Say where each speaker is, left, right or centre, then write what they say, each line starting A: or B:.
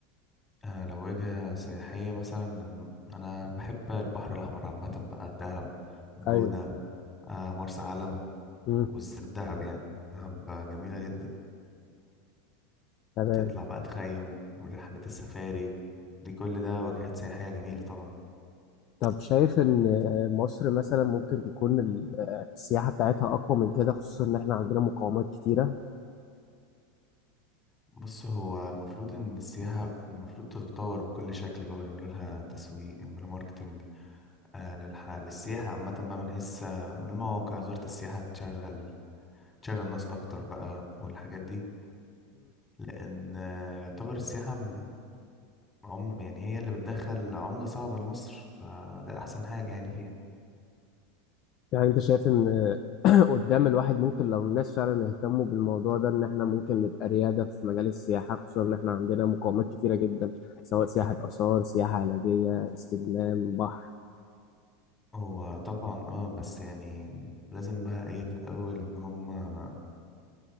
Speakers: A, on the left; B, on the left.
A: آه لو وجهة سياحية مثلا انا بحب البحر الاحمر عامة بقى الدهب الجونة
B: ايوه
A: آه مرسى علم
B: امم
A: وبالذات دهب يعني دهب جميلة جدا
B: تمام
A: تطلع بقى تخيم من رحلات السفاري دي كل ده وجهات سياحية جميلة طبعا
B: طب شايف ان آه، مصر مثلا ممكن تكون ال- آه، السياحه بتاعتها اقوى من كده خصوصا ان احنا عندنا مقاومات كتيره
A: بص هو المفروض ان السياحة المفروض تتطور بكل شكل بقى ويعملوا لها تسويق يعملوا ماركتنج آه للح... للسياحة عامة بقى من حيث آه، المواقع وزارة السياحة تشغل تشغل ناس أكتر بقى والحاجات دي لأن آه، يعتبر السياحة م- عم... يعني هي اللي بتدخل عملة صعبة لمصر فده أحسن حاجة يعني فيها
B: يعني انت شايف ان <clears throat> قدام الواحد ممكن لو الناس فعلا اهتموا بالموضوع ده ان احنا ممكن نبقى ريادة في مجال السياحة خصوصا ان احنا عندنا مقومات كتيرة جدا سواء سياحة آثار سياحة علاجية استجمام بحر
A: هو طبعا اه بس يعني لازم بقى ايه في الأول إن هما